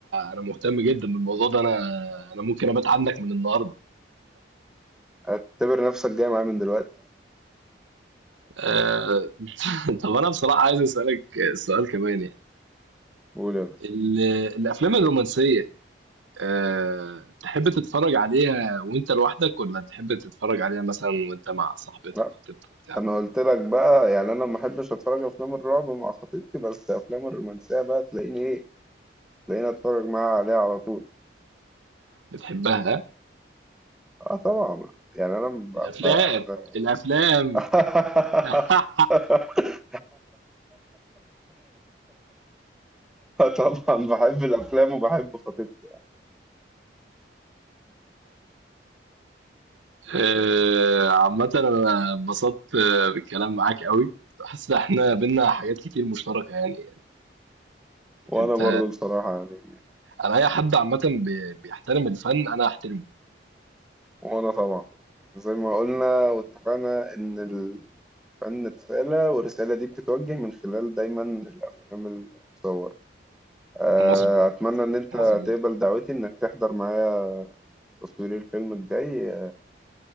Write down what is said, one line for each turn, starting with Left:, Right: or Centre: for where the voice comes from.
Right: أنا مهتم جدا بالموضوع ده أنا أنا ممكن أبات عندك من النهاردة
Centre: اعتبر نفسك جاي معايا من دلوقتي
Right: أه <laughs> طب أنا بصراحة عايز أسألك سؤال كمان يعني
Centre: قول يا باشا
Right: ال- الأفلام الرومانسية آه، تحب تتفرج عليها وانت لوحدك ولا تحب تتفرج عليها مثلا وانت مع صاحبتك
Centre: لا
Right: خطيبتك بتاع
Centre: انا قلت لك بقى يعني انا ما احبش اتفرج افلام الرعب مع خطيبتي بس افلام الرومانسيه بقى تلاقيني ايه تلاقيني اتفرج معاها عليها على طول
Right: بتحبها
Centre: اه طبعا يعني انا ب...
Right: الافلام
Centre: ب...
Right: الافلام
Centre: <laughs>
Right: <laughs>
Centre: طبعا بحب الافلام وبحب خطيبتي
Right: آه، عامة انا انبسطت آه، بالكلام معاك قوي حاسس ان احنا بينا حاجات كتير مشتركة يعني
Centre: وانا
Right: انت
Centre: برضو بصراحه يعني
Right: انا اي حد عامة بي- بيحترم الفن انا احترمه
Centre: وانا طبعا زي ما قلنا واتفقنا ان الفن رساله والرساله دي بتتوجه من خلال دايما الافلام اللي بتتصور آه،
Right: مظبوط
Centre: أتمنى إن أنت
Right: مظبوط
Centre: تقبل دعوتي إنك تحضر معايا تصوير الفيلم الجاي